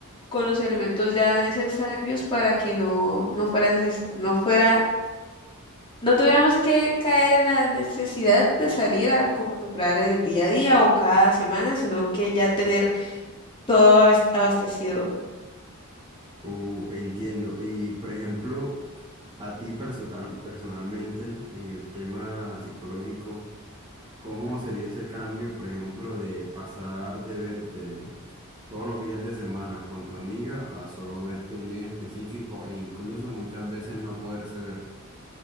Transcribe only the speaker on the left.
con los elementos ya necesarios para que no, no fuera neces- no fuera no tuviéramos que caer en la necesidad de salir a comprar en el día a día o cada semana, sino que ya tener todo abas- abastecido.